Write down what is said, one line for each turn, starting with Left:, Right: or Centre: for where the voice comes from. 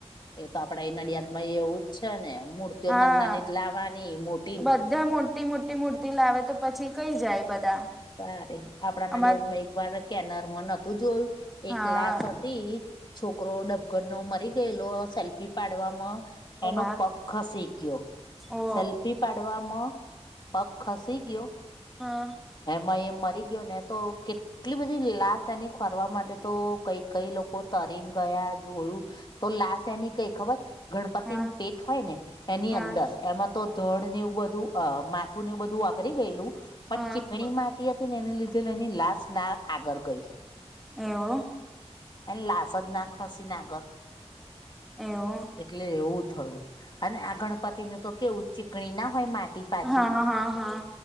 Left: એ તો આપડે એ નડિયાદ માં એવું જ છેને, મૂર્તિઓ
Centre: હા
Left: નંદાની જ લાવવાની મોટ
Centre: બધા મોટી મોટી મૂર્તિ લાવે તો પછી કઈ જાય બધા
Left: સારે આપડા નડિયાદ
Centre: અમાર
Left: માં એક વાર કેનર માં નહતું જોયું, એક
Centre: હા
Left: લાશ હતી છોકરો ડબગનનો મરી ગયેલો સેલ્ફી પાડવામાં
Centre: ઓ
Left: એનો
Centre: બા
Left: પગ ખસી ગયો,
Centre: ઓ
Left: સેલ્ફી પાડવામાં, પગ ખસી ગયો
Centre: હા
Left: એમાં એ મરી ગયો ને તો કેટલી બધી લાશ એની ફરવા માટે તો કઈ કઈ લોકો તરી ગયા જોયુ તો લાશ એની કઈ ખબર ગણપતિની
Centre: હા
Left: પેટ હોય ને એની
Centre: હા
Left: અંદર એમાં તો ધડ ને એવું બધું અ માથું એવું બધું વાગરી ગયેલૂ
Centre: હા
Left: ઘણી માટી હતી ને એને લીધે એની લાશ ના આગળ ગઈ
Centre: એવ
Left: એ લાશ જ ના ખસીને આગર,
Centre: એવું
Left: એટલે એવુ થયું, અને આ ગણપતિ નું તો કેવું ચીકણી ના હોય માટી પાછી
Centre: હા હા હા.